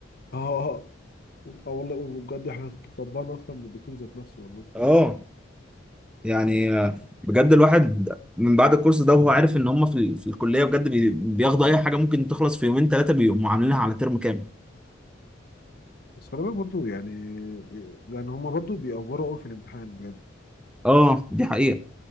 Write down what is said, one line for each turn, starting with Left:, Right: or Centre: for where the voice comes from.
Left: اه آه، اه والله وبجد احنا طبقنا اكتر من الدكتور ذات نفسه والله
Centre: اه يعني آه، بجد الواحد من بعد الكورس ده وهو عارف ان هم في ال- في الكلية بجد بي- بياخدوا اي حاجة ممكن تخلص في يومين ثلاثة بيقوموا عاملينها على ترم كامل
Left: بس خلي بالك برضه يعني يعني هما برضه بيأفوروا قوي في الامتحان بجد
Centre: اه دي حقيقة